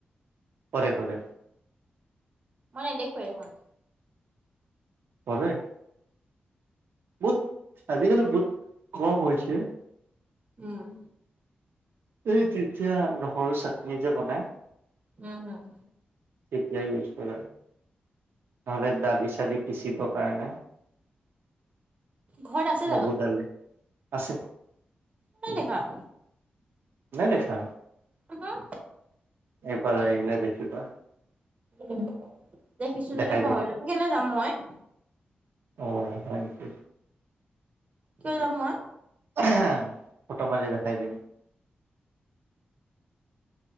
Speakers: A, on the right; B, on the right.
A: কৰে কৰে।
B: মই নেদেখুৱেই দেখোন।
A: কৰে, বহুত আজিকালি বহুত কম হৈছে।
B: উম'।
A: এই তেতিয়া নহৰু চাটনি যে বনাই।
B: উম হুম।
A: তেতিয়াই ইউজ কৰে। নহ'লে দালি চালি পিচিবৰ কাৰণে।
B: ঘৰত আছে
A: মগু
B: জানো?
A: দালি আছে
B: নাই দেখা।
A: নাই দেখা?
B: উমহো।
A: একবাৰ আহি গ'লে দেখিবা।
B: উম, দেখিছোঁ
A: দেখাই
B: যদিও
A: দিম
B: পাহৰিলো, কেলে যাম মই?
A: অহ হয় নেকি?
B: কিয় যাম মই?
A: এহ ফটো মাৰি দেখাই দিম।